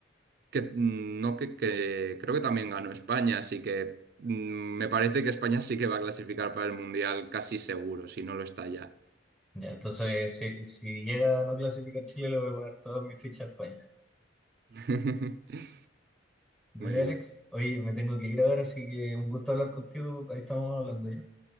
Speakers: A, on the right (about 50°); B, in the centre.
A: que, mm, no, que, que creo que también ganó España, así que mm, me parece que España sí que va a clasificar para el Mundial casi seguro, si no lo está ya.
B: Ya, entonces si, si llega a no clasificar Chile, le voy a poner todas mis fichas a España.
A: <laughs>
B: Dale,
A: Muy bien.
B: Alex. Oye, me tengo que ir ahora, así que un gusto hablar contigo. Ahí estamos hablando ya.